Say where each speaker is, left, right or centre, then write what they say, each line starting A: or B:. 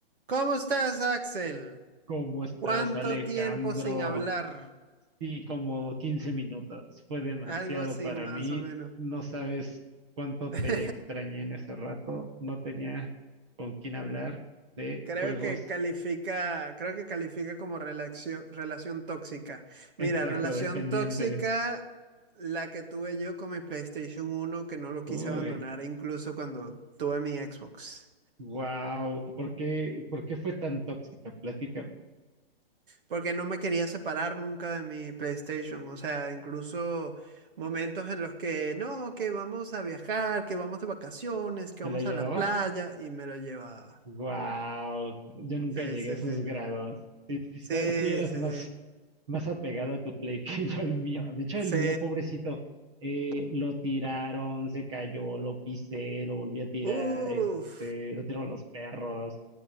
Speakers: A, on the right (about 55°); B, on the right (about 30°).
A: ¿Cómo estás, Axel?
B: ¿Cómo estás,
A: ¿Cuánto
B: Alejandro?
A: tiempo sin hablar?
B: Sí, como 15 minutos. Fue demasiado
A: Algo así,
B: para
A: más
B: mí.
A: o menos.
B: No sabes cuánto
A: <laughs>
B: te extrañé en ese rato. No tenía con quién hablar de
A: Creo
B: juegos
A: que califica, creo que califica como relación, relación tóxica. Mira,
B: exacto
A: relación
B: dependiente.
A: tóxica, la que tuve yo con mi PlayStation uno que no lo quise
B: Uy,
A: abandonar, incluso cuando tuve mi Xbox.
B: wow. ¿Por qué, por qué fue tan tóxica? Platícame.
A: porque no me quería separar nunca de mi PlayStation. O sea, incluso momentos en los que, no, que vamos a viajar, que vamos de vacaciones, que
B: ¿Te
A: vamos
B: la llevabas?
A: a la playa, y me lo llevaba.
B: Wow. Yo nunca
A: Sí,
B: llegué
A: sí,
B: a esos
A: sí.
B: grados. Sí, sí está-
A: Sí,
B: sí eras
A: sí,
B: más
A: sí.
B: más apegada a tu Play que yo el mío. De hecho,
A: Sí.
B: el mío, pobrecito, eh, lo tiraron, se cayó, lo pisé, lo volví a tirar,
A: Uf.
B: este, lo tiraron los perros.